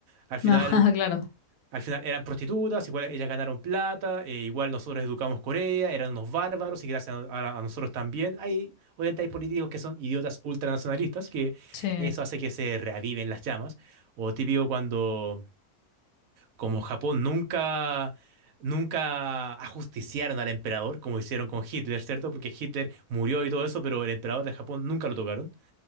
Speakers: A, on the right (about 70°); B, on the left (about 70°).
A: al final,
B: <laughs> Ah, claro.
A: al final eran prostitutas, igual ellas ganaron plata, eh, igual nosotros educamos Corea, eran unos bárbaros y gracias a, a- a nosotros también. Hay, obviamente hay políticos que son idiotas ultranacionalistas, que
B: Sí.
A: eso hace que se reaviven las llamas. O típico cuando como Japón nunca, nunca ajusticiaron al emperador, como hicieron con Hitler, ¿cierto? Porque Hitler murió y todo eso, pero el emperador de Japón nunca lo tocaron.